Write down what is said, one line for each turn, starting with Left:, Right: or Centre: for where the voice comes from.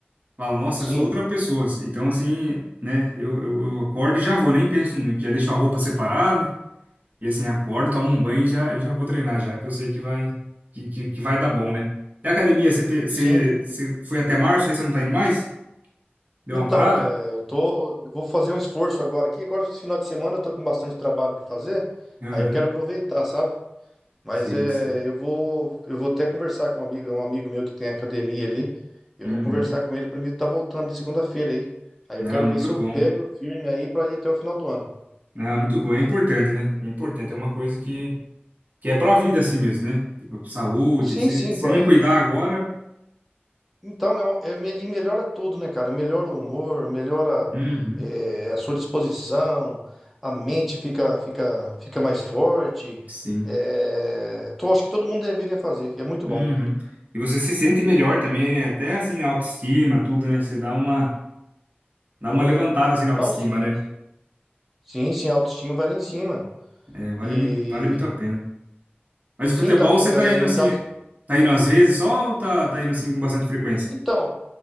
Right: Falo, nossa,
Centre: Sim.
Right: eu sou outra pessoa. Então, assim, né? Eu, eu, eu acordo e já vou, nem penso muito. Já deixo a roupa separada. E assim, acordo, tomo um banho e já, e já vou treinar, já que eu sei que vai, que, que, que vai dar bom, né? E a academia, você, te- você,
Centre: Sim,
Right: você foi até março, aí você não tá indo mais? Deu
Centre: Então,
Right: uma parada?
Centre: é, eu tô, eu vou fazer um esforço agora aqui. Agora, esse final de semana, eu tô com bastante trabalho para fazer.
Right: Aham,
Centre: Aí eu quero aproveitar, sabe? Mas
Right: Sei,
Centre: é,
Right: sei.
Centre: eu vou, eu vou até conversar com um amigo, um amigo meu que tem academia ali. Eu
Right: Uhum.
Centre: vou conversar com ele para mim estar voltando de segunda-feira aí. Aí eu
Right: Não,
Centre: quero
Right: muito
Centre: ver se eu
Right: bom.
Centre: pego firme aí para ir até o final do ano.
Right: Não, muito bom. É importante, né? É importante. É uma coisa que. Que é pra vida assim mesmo, né? Tipo, saúde,
Centre: Sim,
Right: se,
Centre: sim,
Right: se
Centre: pô,
Right: não cuidar agora,
Centre: Então, é, uma- é me- e melhora tudo, né, cara? Melhora o humor, melhora
Right: uhum,
Centre: é, a sua disposição, a mente fica, fica, fica mais forte.
Right: sim,
Centre: É, tô, acho que todo mundo deveria fazer, que é muito
Right: uhum.
Centre: bom.
Right: E você se sente melhor também, né? Até assim, autoestima, tudo, né? Você dá uma, dá uma levantada assim na
Centre: Não,
Right: autoestima,
Centre: sim.
Right: né?
Centre: Sim, sim, a autoestima vai lá em cima.
Right: É, vale
Centre: E
Right: muito, vale muito a pena. Mas
Centre: sim,
Right: o futebol
Centre: então, e,
Right: você
Centre: ah,
Right: tá indo
Centre: e
Right: assim,
Centre: no caso.
Right: tá indo às vezes só ou tá, tá indo assim com bastante frequência?
Centre: Então,